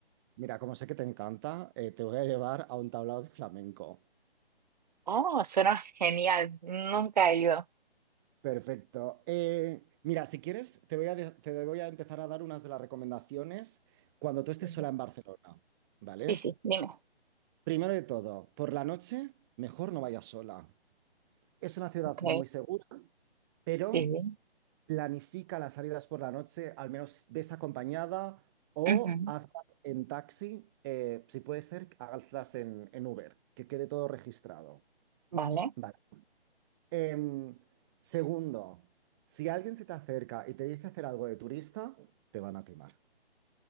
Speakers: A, on the right; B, on the right.
A: Mira, como sé que te encanta, eh, te voy a llevar a un tablao de flamenco.
B: Oh, suena genial, nunca he ido.
A: Perfecto. Eh, mira, si quieres, te voy a, de- te voy a empezar a dar unas de las recomendaciones cuando tú estés
B: Ujú.
A: sola en Barcelona, ¿vale?
B: Sí, sí, dime.
A: Primero de todo, por la noche, mejor no vayas sola. Es una ciudad
B: Ok,
A: muy segura, pero
B: sí, sí.
A: planifica las salidas por la noche, al menos ves acompañada o
B: Ujú.
A: hazlas en taxi, eh, si puede ser, hazlas en, en Uber, que quede todo registrado.
B: Vale.
A: ¿vale? Em, segundo, si alguien se te acerca y te dice hacer algo de turista, te van a timar.